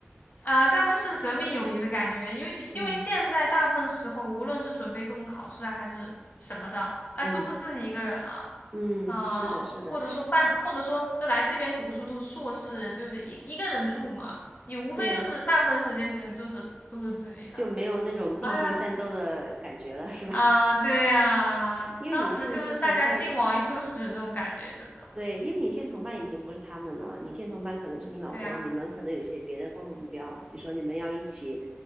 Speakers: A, on the left (about 45°); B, on the right (about 25°).
A: 啊，对啊，就是革命友谊的感觉，
B: <laughs> 嗯
A: 因为因为现在大部分时候，
B: 嗯
A: 无论是准备各种考试啊，还是什么的，哎，
B: 嗯
A: 都是自己一个人了，
B: 嗯，
A: 啊、
B: 是的，是的，
A: 或者说办，或者说就来这边读书都是硕士，就是一一个人住嘛，你无非就是大部分时间其实就是都是自己的。
B: 对呀、就没有那种并肩战斗的感觉了，
A: 啊
B: 是吧？
A: 啊，对呀、
B: <laughs> 因为你现在同伴，
A: 当时就是大家劲往一处使那种感觉，真的，
B: 对，因为你现在同伴已经不是他们了，你现在同伴可能是你老公，
A: 对呀、
B: 你们可能有一些别的共同目标，比如说你们要一起